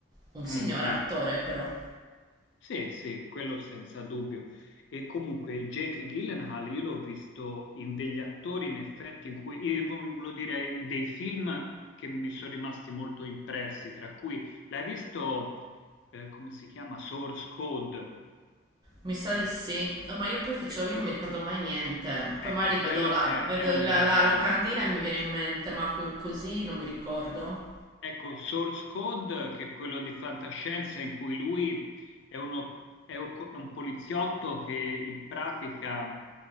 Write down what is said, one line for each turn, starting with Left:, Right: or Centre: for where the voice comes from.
Right: Un
Left: Mm,
Right: signore
Left: mm.
Right: attore però.
Left: Sì, sì, quello senza dubbio. E comunque Jake Gyllenhaal io l'ho visto in degli attori, in effetti, in cui, io volevo dire, in dei film che mi sono rimasti molto impressi, tra cui l'hai visto, eh, come si chiama, Source Code,
Right: Mi sa di
Left: eh,
Right: sì, Oh, ma io poi facevo,
Left: che-
Right: io non mi ricordo mai niente, poi
Left: ecco,
Right: magari
Left: quello
Right: vedo la,
Left: è,
Right: vedo
Left: è un
Right: la-
Left: gran
Right: la
Left: film.
Right: locandina e mi viene in mente, ma co- così non mi ricordo.
Left: Ecco, Source Code, che è quello di fantascienza in cui lui è, uno- è un co- è un poliziotto che in pratica,